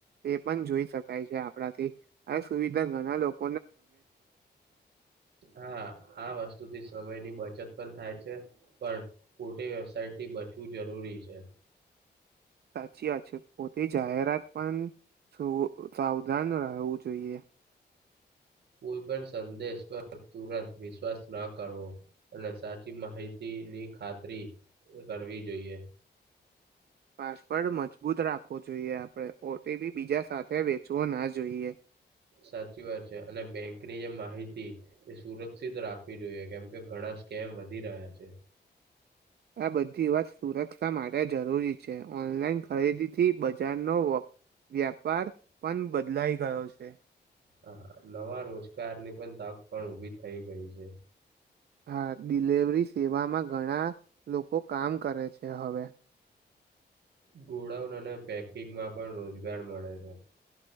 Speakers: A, on the right; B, on the right.
A: એ પણ જોઈ શકાય છે આપણાથી આ સુવિધા ઘણા લોકો
B: હા આ વસ્તુ થી સમય ની બચ બચત પણ થાય છે પણ ખોટી વેબસાયટ થી બચવું જરૂરી છે
A: સાચી વાત છે પોતે જાહેરાત પણ શું સાવધાન રહેવું જોઈએ
B: કોઈ પણ સંદેશ પર તુરંત વિશ્વાસ ના કરવો અને સાચી માહિતી ની ખાતરી કરવી જોઈએ
A: પાસવર્ડ મજબૂત રાખવો જોઈએ આપડે પોતે બી બીજા સાથે વેચવો ના જોઈએ
B: સાચી વાત છે અને બેંકની જે માહિતી એ સુરક્ષિત રાખવી જોઈએ કેમ કે ઘણા સ્કેમ વધી રહ્યા છે
A: <inaudible> <inaudible> આ બધી વાત સુરક્ષા માટે જરૂરી છે ઓનલાઈન ખરીદીથી બજારનો વ વ્યાપાર પણ બદલાઈ ગયો છે
B: હા નવા રોજગારની પણ તક પણ ઉભી થઈ ગઈ છે
A: હા ડિલેવરી સેવામાં ઘણા લોકો કામ કરે છે હવે
B: ગોડાઉન અને પેકિંગમાં પણ રોજગાર મળે છે